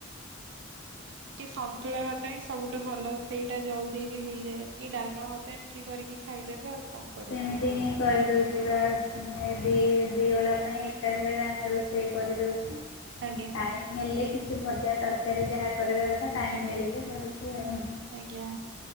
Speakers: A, on the right; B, on the left.
A: କି ସନ୍ତୁଳା ଭାତ ହଁ ସବୁଠୁ ଭଲ ସେଇଟା ଯାଉ <inaudible> ବି ହେଇଯାଏ କି ଡାଲମା ଭାତ ଏମିତି କରିକି ଖାଇଦେବେ ଆଉ କଣ କରିବେ
B: ସେମତି ହିଁ କରିଦଉଛିି ବା ଆସ୍ <inaudible> ଦି ଦି ଓଳା ପାଇଁ ଏକାଥରେ ରା ରୋଷେଇ କରିଦଉଛି।
A: ଆଜ୍ଞା
B: ଟାଇମ୍ ହେଲେ କିଛି ଭଜା ତରକାରୀ ଯାହା କରିବା କଥା ଟାଇମ଼
A: ଆଜ୍ଞା
B: ମିଳିଲେ କରୁଛି ଆଉ।
A: ଆଜ୍ଞା।